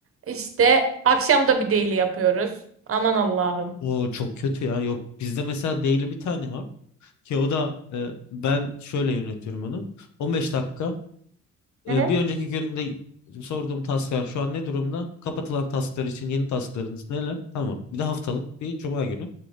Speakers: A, on the right (about 45°); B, on the left (about 70°).
A: işte akşam da bir daily yapıyoruz. Aman Allah'ım.
B: O çok kötü ya. Yok bizde mesela daily bir tane var ki o da e, ben şöyle yönetiyorum onu. 15 dakika
A: Hı
B: e,
A: hı.
B: bir önceki günde sorduğum tasklar şu an ne durumda? Kapatılan tasklar için yeni tasklarınız neler? Tamam. Bir de haftalık bir cuma günü.